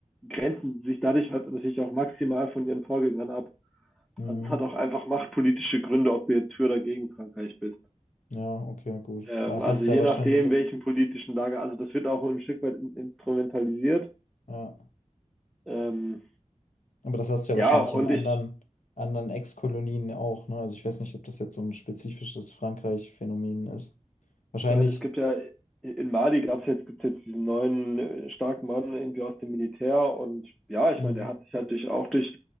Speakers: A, in the centre; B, on the left.
A: grenzen sich dadurch halt natürlich auch maximal von ihren Vorgängern ab.
B: hm.
A: Also es hat auch einfach machtpolitische Gründe, ob du jetzt für oder gegen Frankreich bist.
B: Ja, okay, gut.
A: Ähm,
B: Aber das
A: also
B: hast
A: je
B: du ja wahrscheinlich,
A: nachdem, welchen politischen Lager, also das wird auch ein Stück weit instrumentalisiert.
B: ja.
A: Ähm,
B: Aber das hast du ja
A: ja,
B: wahrscheinlich
A: und
B: in anderen,
A: ich
B: anderen Ex-Kolonien auch, ne? Also ich weiß nicht, ob das jetzt so ein spezifisches Frankreich-Phänomen ist. Wahrscheinlich,
A: meine, es gibt ja in Mali gab es jetzt, gibt's jetzt diesen neuen äh, starken Mann irgendwie aus dem Militär und ja, ich
B: mh,
A: meine, der hat sich halt durch, auch durch